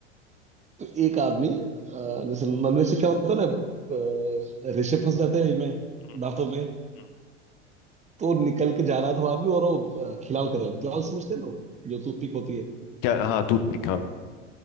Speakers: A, on the right; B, on the left.
A: तो एक आदमी अ, जैसे नॉनवेज से क्या होता है ना अ, रेशे फंस जाते हैं इनमें
B: हम्म
A: दांतों
B: हम्म
A: में
B: हम्म
A: तो निकल के जा रहा था वो आदमी और वो अ, खिलाल कर रहा था खिलाल समझते हैं ना वो, जो टूथपिक होती है
B: क्या हाँ टूथपिक हाँ